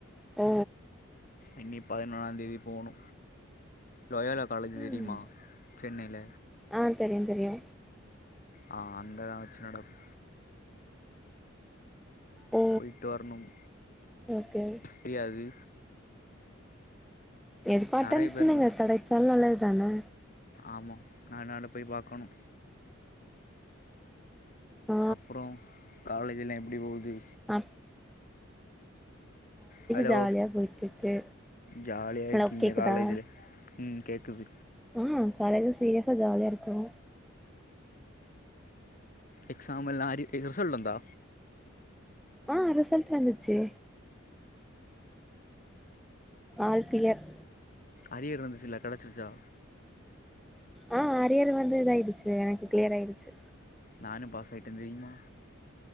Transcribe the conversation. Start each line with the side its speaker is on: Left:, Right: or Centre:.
Centre: ஓ
Left: என்னி பதினொன்னாந்தேதி போணு லோயாலா காலேஜி
Centre: ம்
Left: தெரியுமா சென்னைல
Centre: ஆ தெரியு தெரியு
Left: ஆ அங்கதா வெச்சு நடக்கு
Centre: ஓ
Left: போய்ட்டு வர்ணும்
Centre: ஓகே
Left: தெரியாது
Centre: எதுபாட்டேன்னு
Left: நெறைய பேருக்கு
Centre: நீங்க கடைச்சாலு நல்லதுதான
Left: ஆமா அத்னால போய் பாக்கணு
Centre: ஆ
Left: அப்றோ காலேஜுலா எப்டி போகுது
Centre: அ
Left: ஹலோ
Centre: ஜாலியா போயிட்ருக்கு
Left: ஜாலியா
Centre: ஹலோ
Left: இருக்கீங்க
Centre: கேக்குதா
Left: காலேஜில ம் கேக்குது
Centre: ஆ காலேஜா சீரியஸா ஜாலியா இருக்குறோ
Left: எக்ஸாமல்லா அரி ரிசல்ட்டு வந்தா
Centre: ஆ ரிசல்ட்டு வந்துருச்சே ஆல் க்ளியர்
Left: அரியர் இருந்துச்சுல்ல கடச்சிருச்சா
Centre: ஆ அரியர் வந்து இதாய்டுச்சு எனக்கு க்ளியர் ஆய்டுச்சு
Left: நானு பாஸ் ஆய்ட்டே தெரியுமா